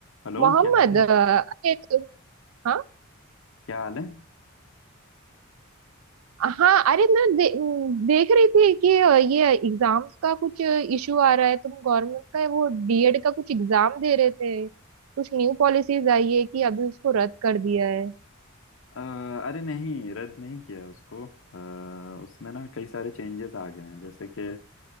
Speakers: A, on the left; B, on the right.
A: Hello
B: मोहम्मद
A: क्या हाल है
B: अ, अरे तो, हाँ
A: क्या हाल है
B: हाँ अरे मैं दे, देख रही थी कि अ, ये एग्जाम्स का कुछ इशू आ रहा है तुम गवर्नमेंट का वो डीएड का कुछ एग्जाम दे रहे थे कुछ न्यू पॉलिसीज आई है कि अभी उसको रद्द कर दिया है
A: अ, अरे नहीं रद्द नहीं किया उसको अ, उसमें ना कई सारे चेंजेस आ गए हैं जैसे कि